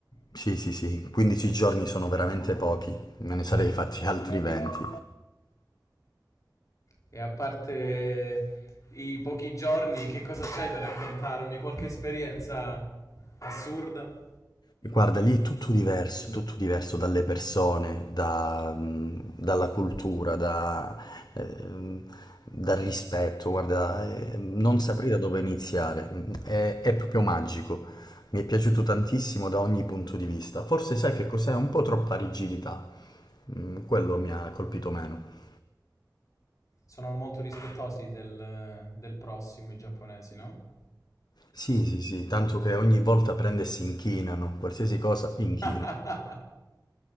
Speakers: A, on the left (about 60°); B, on the left (about 45°).
A: Sì, sì, sì, 15 giorni sono veramente pochi, me ne sarei fatti altri 20.
B: E a parte i pochi giorni, che cosa c'hai da raccontarmi? Qualche esperienza assurda?
A: Guarda, lì è tutto diverso, è tutto diverso dalle persone, da, mh, dalla cultura, da, ehm, dal rispetto. Guarda, eh, non saprei da dove iniziare. Mm, È, è proprio magico. Mi è piaciuto tantissimo da ogni punto di vista. Forse sai che cos'è? Un po' troppa rigidità. Mm, Quello mi ha colpito meno.
B: Sono molto rispettosi del, del prossimo, i giapponesi, no?
A: Sì, sì, sì, tanto che ogni volta prende e si inchinano, qualsiasi cosa inchino.
B: <laughs>